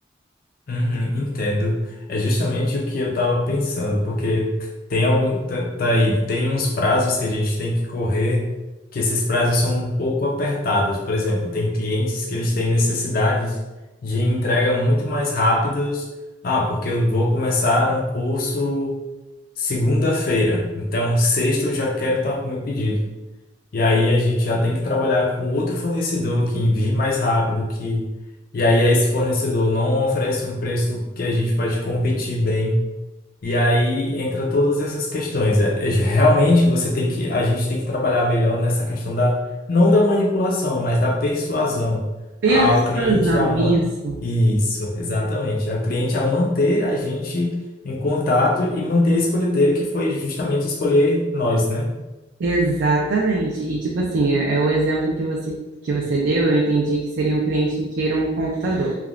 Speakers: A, on the left; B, on the right.
A: Uhum, entendo. É justamente o que eu estava pensando, porque tem algum, tá, tá aí, tem uns prazos que a gente tem que correr, que esses prazos são um pouco apertados. Por exemplo, tem clientes que eles têm necessidades de entrega muito mais rápidas. Ah, porque eu vou começar um curso segunda-feira, então sexta eu já quero estar com o meu pedido. E aí a gente já tem que trabalhar com outro fornecedor que envie mais rápido, que e aí esse fornecedor não oferece um preço que a gente pode competir bem. E aí entra todas essas questões. É- é- Realmente você tem que, a gente tem que trabalhar melhor nessa questão da, não da manipulação, mas da persuasão
B: Persuasão,
A: ao cliente a man...
B: isso.
A: Isso, exatamente. Ao cliente a manter a gente em contato e manter a escolha dele, que foi justamente escolher nós, né?
B: Exatamente. E tipo assim, é, é o exemplo que você que você deu, eu entendi que seria um cliente que queira um computador.